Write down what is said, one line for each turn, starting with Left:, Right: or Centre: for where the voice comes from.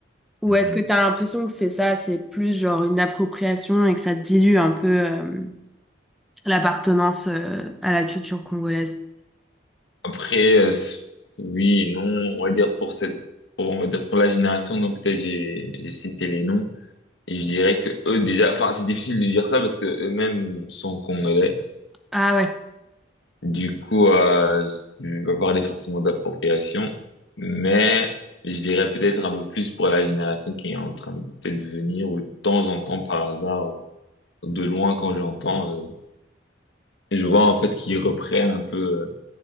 Centre: Ou
Left: mhm.
Centre: est-ce que tu as l'impression que c'est ça, c'est plus genre une appropriation et que ça dilue un peu euh, l'appartenance euh, à la culture congolaise?
Left: Après, euh, s- oui, non, on va dire pour cette, pour, on va dire pour la génération, donc peut-être j'ai j'ai cité les noms. Et je dirais que eux déjà, enfin c'est difficile de dire ça parce que eux-mêmes sont congolais.
Centre: Ah ouais,
Left: Du coup, euh, je vais pas parler forcément d'appropriation, mais je dirais peut-être un peu plus pour la génération qui est en train de peut-être venir ou de temps en temps par hasard ou de loin quand j'entends, euh, et je vois en fait qu'ils reprennent un peu euh,